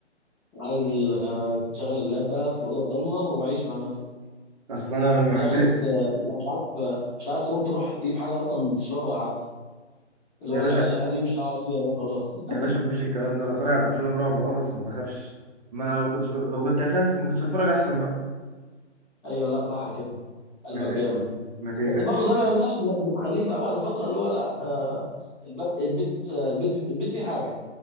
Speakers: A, in the centre; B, on the right.
A: عايز ال- آه، تشغل اللاب بقى في الاوضه الضلمه وعيش مع نفسك
B: اصل انا من
A: في
B: محبين
A: الاخر ت- تبقى مش عارف آه، مش عارف تقوم تروح تجيب حاجه اصلا تشربها حتى اللي
B: يا
A: هو لا
B: باشا
A: الشقه دي مش هقعد فيها بقى خلاص <laughs>
B: يا باشا مفيش الكلام ده انا اتفرج على افلام رعب اه بس ما بخافش ما انا لو كنتش ب... لو كنت اخاف ما كنتش اتفرج احسن بقى
A: ايوه لا صح كده قلبك
B: ما ت...
A: جامد
B: ما تقلقش
A: بس برضه ده ما يمنعش انك بتخليك بقى بعد فتره اللي هو لا آه البد... البيت آه، البيت البيت فيه حاجه